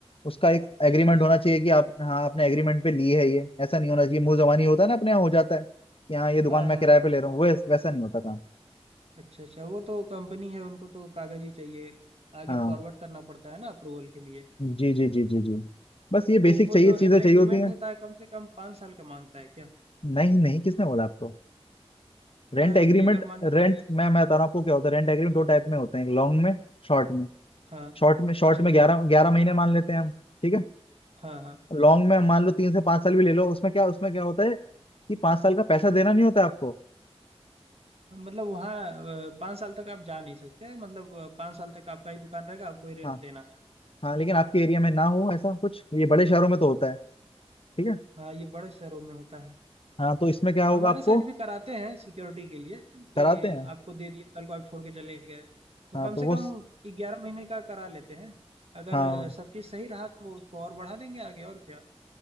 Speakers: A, on the left; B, on the right.
A: उसका एक एग्रीमेंट
B: अच्छा अच्छा
A: होना चाहिए कि आप हाँ आपने एग्रीमेंट पे ली है ये ऐसा नहीं होना चाहिए मुंह जबानी होता है ना अपने यहाँ हो जाता है कि हाँ ये दुकान
B: हाँ
A: मैं
B: हाँ
A: किराए पे ले रहा हूँ वैस, वैसा नहीं होता काम
B: अच्छा अच्छा वो तो कंपनी है उनको तो कागज ही चाहिए आगे
A: हाँ
B: फॉरवर्ड करना पड़ता है ना अप्रूवल के लिए
A: जी जी जी जी जी बस ये
B: तो
A: बेसिक
B: वो
A: चाहिए
B: जो रेंट
A: चीजें चाहिए
B: एग्रीमेंट
A: होती हैं
B: होता है कम से कम पाँच साल का मांगता है क्या
A: नहीं नहीं किसने बोला आपको रेंट
B: क्या है
A: एग्रीमेंट
B: कि अगर मान
A: रेंट
B: के चलिए
A: मैं मैं बता रहा हूँ आपको क्या होता है रेंट एग्रीमेंट दो टाइप में होते हैं एक लॉन्ग में शॉर्ट में
B: हाँ
A: शॉर्ट में शॉर्ट
B: अच्छा अच्छा
A: में ग्यारह ग्यारह महीने मान लेते हैं हम ठीक है
B: हाँ हाँ
A: लॉन्ग में मान लो तीन से पाँच साल भी ले लो उसमें क्या उसमें क्या होता है कि पाँच साल का पैसा देना नहीं होता है आपको
B: हाँ, मतलब वहाँ अ, पाँच साल तक आप जा नहीं सकते मतलब अ, पाँच साल तक आपका ही दुकान रहेगा आपको ही रेंट
A: हाँ
B: देना है
A: हाँ लेकिन आपके एरिया में ना हो ऐसा कुछ ये बड़े शहरों में तो होता है ठीक है
B: हाँ ये बड़े शहरों में होता है
A: हाँ तो इसमें क्या होगा
B: हमारे
A: आपको
B: साइड भी कराते हैं सिक्योरिटी के लिए कि
A: कराते हैं
B: आपको दे दिए कल को आप छोड़ के चले गए तो
A: हाँ
B: कम
A: तो
B: से
A: वो
B: कम ग्यारह महीने का करा लेते हैं अगर
A: हाँ
B: अ, सब चीज़ सही रहा तो उसको और बढ़ा देंगे आगे और क्या